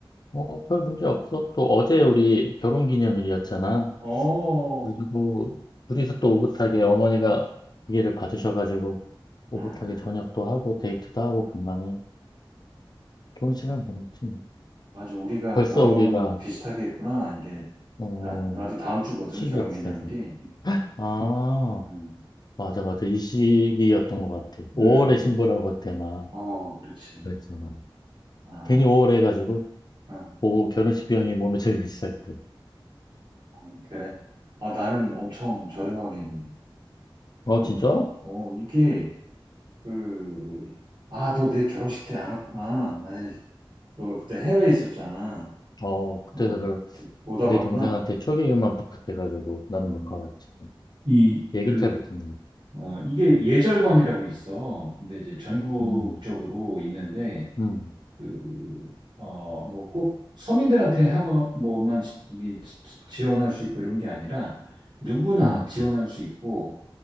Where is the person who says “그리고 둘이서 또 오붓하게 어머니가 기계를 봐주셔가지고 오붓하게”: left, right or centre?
Left